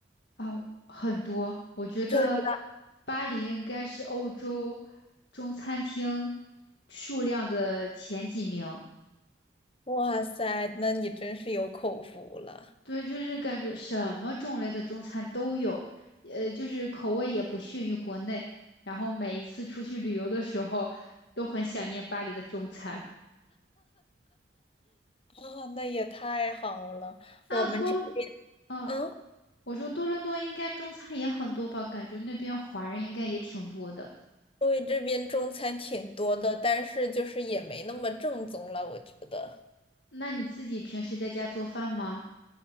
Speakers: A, on the left (about 65°); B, on the left (about 30°).
A: 啊，很多。我觉得
B: 真的，
A: 巴黎应该是欧洲中餐厅数量的前几名。
B: 哇塞，那你真是有口福了
A: 对，就是感觉什么种类的中餐都有，呃，就是口味也不逊于国内。然后每一次出去旅游的时候，都很想念巴黎的中餐。
B: 哦，那也太好了。
A: 那多，
B: 我们这边，
A: 嗯，
B: 嗯，
A: 我说多伦多应该中餐也很多吧？感觉那边华人应该也挺多的。
B: 因为这边中餐挺多的，但是就是也没那么正宗了，我觉得。
A: 那你自己平时在家做饭吗？